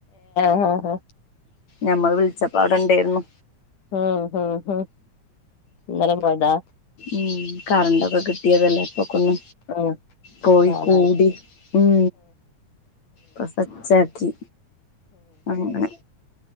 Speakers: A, on the left; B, on the left.
A: ഹ
B: ഞമ്മൾ വിളിച്ചപ്പാട് ഉണ്ടായിരുന്നു
A: ഉം ഉം ഇന്നലെ പോയതാ
B: ഉ കറണ്ട്ൊക്കെ കിട്ടിയതെല്ല ന്ന
A: ഉം
B: പോയി
A: കാണാന്
B: കൂടി ഉം പ്രസച്ചാക്കി അങ്ങനെ